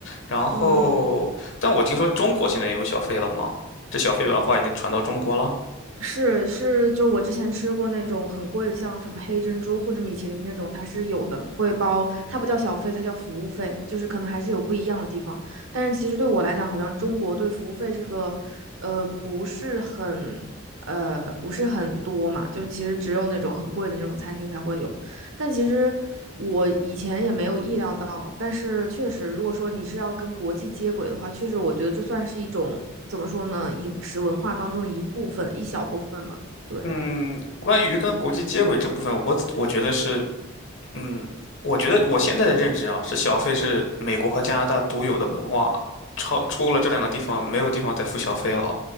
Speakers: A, on the left (about 65°); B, on the right (about 70°).
A: 然后，
B: 嗯，
A: 但我听说中国现在也有小费了吗？这小费文化已经传到中国了。
B: 是是，就我之前吃过那种很贵的，像什么黑珍珠或者米其林那种，它是有的，会包，它不叫小费，它叫服务费，就是可能还是有不一样的地方。但是其实对我来讲，好像中国对服务费这个，呃，不是很，呃，不是很多嘛，就其实只有那种很贵的那种餐厅才会有。但其实我以前也没有意料到，但是确实，如果说你是要跟国际接轨的话，确实我觉得这算是一种怎么说呢，饮食文化当中的一部分，一小部分吧。对，
A: 嗯，关于跟国际接轨这部分，我我觉得是。嗯，我觉得我现在的认知啊，是小费是美国和加拿大独有的文化，超出了这两个地方，没有地方再付小费了。